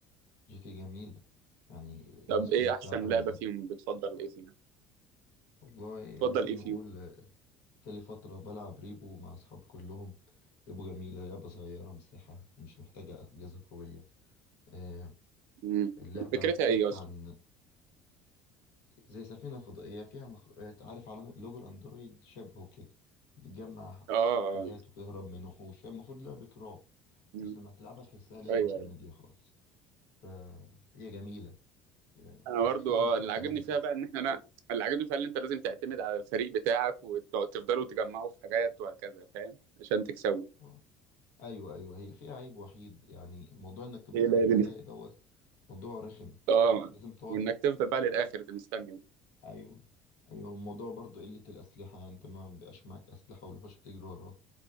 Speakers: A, on the left (about 85°); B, on the right (about 75°).
A: جي تي اي جميلة يعني الناس
B: طب ايه
A: كلها بتلعبها
B: احسن
A: من
B: لعبه
A: زمان
B: فيهم بتفضل ايه فيهم
A: والله
B: بتفضل
A: ممكن
B: ايه
A: نقول
B: فيهم
A: آه، كان لي فترة بلعب ريبو مع أصحابي كلهم ريبو جميلة لعبة صغيرة مساحة مش محتاجة أجهزة قوية آه،
B: امم
A: اللعبة
B: فكرتها
A: بتحكي
B: ايه اصلا
A: عن زي سفينة فضائية فيها مخلوقات عارف على لوجو الأندرويد شبهه كده بتجمع
B: اه اه
A: حاجات
B: آه.
A: وبتهرب من وحوش هي المفروض لعبة رعب
B: مم.
A: بس لما تلعبها تحسها لعبة
B: ايوه
A: كوميديا
B: ايوه
A: خالص فهي جميلة وأنصحك
B: انا برضه
A: لازم
B: اه
A: تشوفها
B: اللي عاجبني
A: يعني جرب.
B: فيها بقى ان احنا انا اللي عاجبني فيها ان انت لازم تعتمد على الفريق بتاعك وتفضلوا تجمعوا في حاجات وهكذا فاهم عشان تكسبوا
A: اه أيوة أيوة هي فيها عيب وحيد يعني موضوع إنك تموت
B: ايه اللعبه
A: في البداية
B: دي
A: دوت موضوع رخم
B: اه
A: لازم تقعد
B: وانك تفضل بقى للاخر مستني
A: ايوه ايوه الموضوع برضو قلة الأسلحة يعني انت ما بيبقاش معاك أسلحة والوحوش بتجري وراك